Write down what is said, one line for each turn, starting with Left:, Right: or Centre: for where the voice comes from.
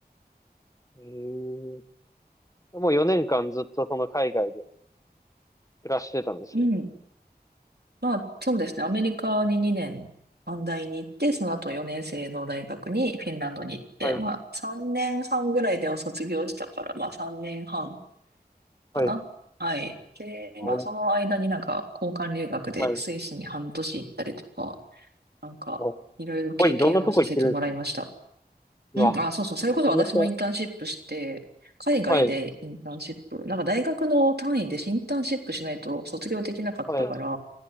Left: うーん。もう4年間ずっとその海外で暮らしてたんですね。
Right: う。うんまあ、そうですね。アメリカに2年、短大に行って、その後4年生の大学にフィンランドに行って、
Left: はい。
Right: まあ、3年半ぐらいでお卒業したから、まあ、3年半かな。
Left: はい。
Right: はい。で、
Left: おー
Right: まあ、その間になんか、交換留学でスイスに半年行ったりとか、
Left: はい。
Right: なんか、
Left: も
Right: いろいろ経験をさせてもらいました。
Left: う、すごいいろんなとこ行ってるんですね。うわ。
Right: うん、あ、そうそう。それこそ私もインターンシップして、
Left: めちゃめちゃ。
Right: 海外でインターンシップ、
Left: はい。
Right: なんか大学の単位でインターンシップしないと卒業できなかったから、
Left: はい。